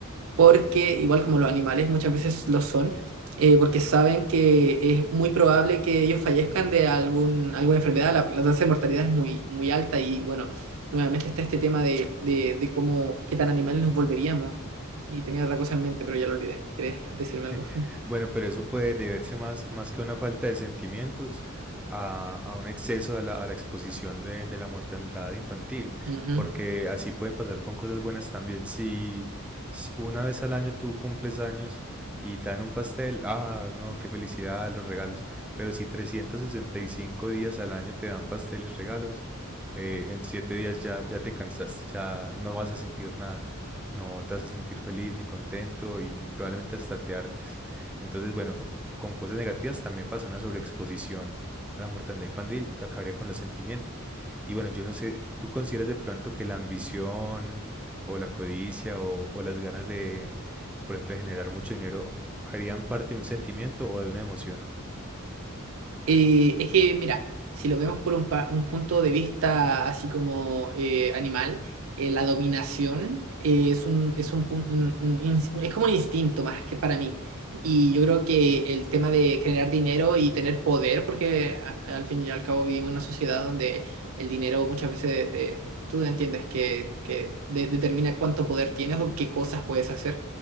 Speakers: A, on the right; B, in the centre.
A: porque igual como los animales muchas veces lo son, eh, porque saben que es muy probable que ellos fallezcan de algún, alguna enfermedad, la, la tasa de mortalidad es muy, muy alta y bueno, nuevamente está este tema de, de, de cómo, qué tan animales nos volveríamos. Y tenía otra cosa en mente, pero ya lo olvidé. ¿Querés decirme
B: <laughs>
A: algo? <laughs>
B: Bueno, pero eso puede deberse más, más que a una falta de sentimientos, a, a un exceso a la, a la exposición de, de la mortandad infantil,
A: Ujú.
B: porque así puede pasar con cosas buenas también. Si, s- una vez al año tú cumples años y te dan un pastel, ah, no, qué felicidad, los regalos, pero si 365 días al año te dan pastel y regalos, eh, en siete días ya, ya te cansaste, ya no vas a sentir nada. No te vas a sentir feliz ni contento y probablemente hasta te hartes. Entonces, bueno, o- con cosas negativas también pasa una sobreexposición a la mortandad infantil, acabaría con los sentimientos. Y bueno, yo no sé, ¿tú consideras de pronto que la ambición o la codicia o, o las ganas de, por ejemplo, de generar mucho dinero harían parte de un sentimiento o de una emoción?
A: Eh, es que, mira, si lo vemos por un, pa- un punto de vista así como eh, animal, eh, la dominación eh, es un, es un, pun- un- un ins- es como un instinto más que para mí. Y yo creo que el tema de generar dinero y tener poder, porque a- al fin y al cabo vivimos en una sociedad donde el dinero muchas veces eh, tú entiendes que, que de- determina cuánto poder tienes o qué cosas puedes hacer